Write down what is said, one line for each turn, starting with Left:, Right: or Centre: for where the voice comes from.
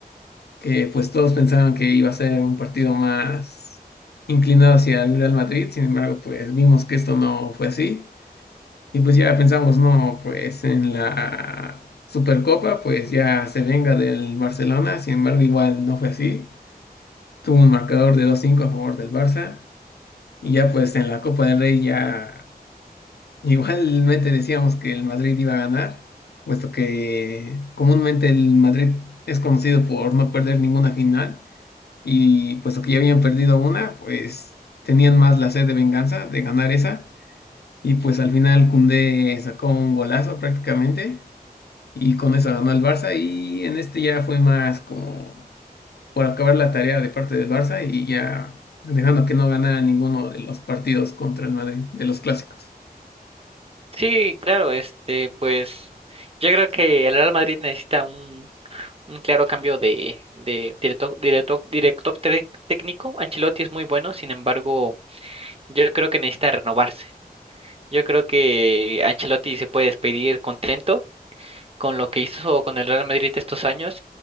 Left: que pues todos pensaban que iba a ser un partido más inclinado hacia el Real Madrid, sin embargo, pues vimos que esto no fue así. Y pues ya pensamos, no, pues en la Supercopa, pues ya se venga del Barcelona, sin embargo, igual no fue así. Tuvo un marcador de dos cinco a favor del Barça. Y ya pues en la Copa del Rey ya Igualmente decíamos que el Madrid iba a ganar, puesto que comúnmente el Madrid es conocido por no perder ninguna final y puesto que ya habían perdido una, pues tenían más la sed de venganza de ganar esa y pues al final Koundé sacó un golazo prácticamente y con eso ganó el Barça y en este ya fue más como por acabar la tarea de parte del Barça y ya dejando que no ganara ninguno de los partidos contra el Madrid, de los clásicos.
Right: Sí, claro, este, pues yo creo que el Real Madrid necesita un un claro cambio de, de directo, directo, director tec- técnico. Ancelotti es muy bueno, sin embargo, yo creo que necesita renovarse. Yo creo que Ancelotti se puede despedir contento con lo que hizo con el Real Madrid estos años,